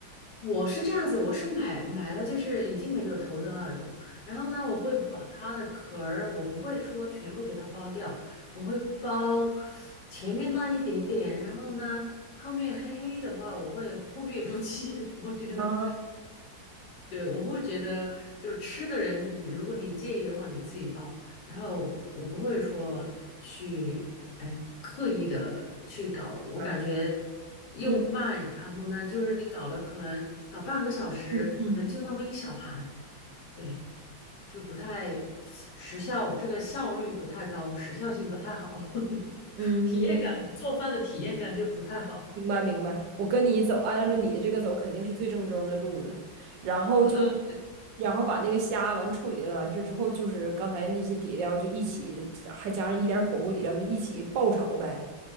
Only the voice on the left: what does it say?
我是这样子，我是买买了就是已经没有头的那种，然后呢，我会把它的壳儿，我不会说全部给它剥掉，我会剥前面那一点点，然后呢，后面黑黑的话，我会忽略不计，<laughs> 我觉得
对，我会觉得，就是吃的人，如果你介意的话，你自己包。然后我不会说去，哎，刻意的去搞。我感觉
又慢，
然后呢，就是你搞了可能搞半个小时，
可能就那么一小盘，对，就不太时效，这个效率不太高，时效性不太好，<laughs>
体验感，做饭的体验感就不太好。
<laughs> 嗯